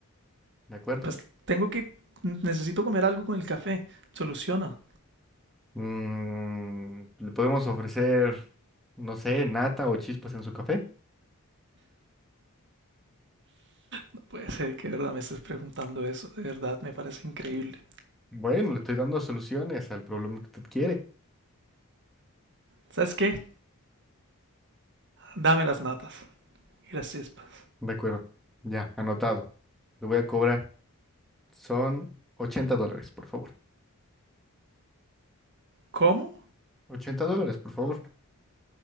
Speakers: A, in the centre; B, on the right (about 55°).
A: ¿de acuerdo?
B: Pues tengo que, necesito comer algo con el café. Soluciona.
A: Mm, le podemos ofrecer, no sé, nata o chispas en su café.
B: No puede ser que de verdad me estés preguntando eso. De verdad, me parece increíble.
A: Bueno, le estoy dando soluciones al problema que usted quiere.
B: ¿Sabes qué? Dame las natas y las chispas.
A: De acuerdo, ya, anotado. Le voy a cobrar. Son 80 dólares, por favor.
B: ¿Cómo?
A: ochenta dólares, por favor.